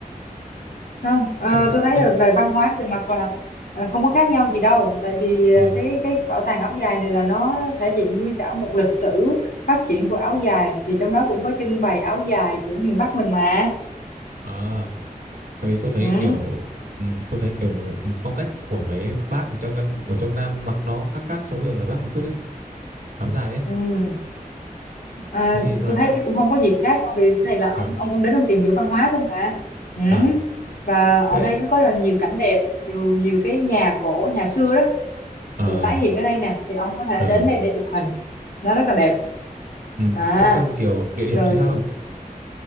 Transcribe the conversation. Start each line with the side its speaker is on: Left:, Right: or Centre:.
Left: không à,
Right: Ở, trong-
Left: tôi thấy
Right: ở
Left: là về văn hóa về mặt là à, không có khác nhau gì đâu tại vì
Right: Ờ,
Left: à, cái cái bảo tàng áo dài này là nó thể hiện nguyên cả một lịch sử phát triển của áo dài thì trong đó cũng có trưng bày áo dài của miền Bắc mình mà
Right: à, tại vì tôi thấy
Left: ừ.
Right: kiểu ừ, tôi thấy kiểu ừ, phong cách của mấy bác ở trong ngăn ở trong Nam mặc nó khác khác so với ở ngoài Bắc một chút đi áo dài ấy
Left: Ừ. À,
Right: thế thì nó
Left: tôi
Right: là
Left: thấy
Right: chắc
Left: cũng không có gì khác đâu vì cái này là ông
Right: à
Left: ông ông đến ông tìm hiểu văn hóa thôi mà ừ.
Right: à
Left: và ở
Right: thế
Left: đây nó có là nhiều cảnh đẹp nhiều nhiều cái nhà cổ nhà xưa đó
Right: à
Left: được tái hiện ở đây nè thì ông có thể
Right: à
Left: đến đây để chụp hình nó rất là đẹp
Right: ừ.
Left: à
Right: thế còn kiểu địa điểm
Left: rồi
Right: chính khác không